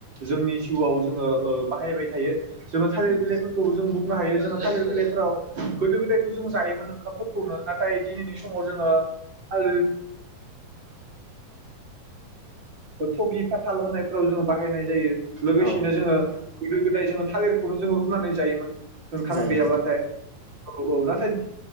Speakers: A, on the right; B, on the left.
A: जोंनि जिउआव जोङो ओ बाहायबाय थायो जोङो थालिर
B: उम
A: बिलाइफोरखौ जों बुंनो हायो जोङो थालिर बिलाइफोराव गोदो गोदायथ' जों जायोमोन ओंखामफोरखौनो नाथाय दिनैनि समाव जोङो थाल <unintelligible> थगि फाथाल होननायफोराव जोङो बाहायनाय जायो लोगोसेनो
B: औ
A: जोङो गोदो गोदाय जोङो थालिरखौनो जोङो रुनानै जायोमोन ओंखाम
B: जायोमोन
A: गैयाब्लाथाय औ औ नाथाय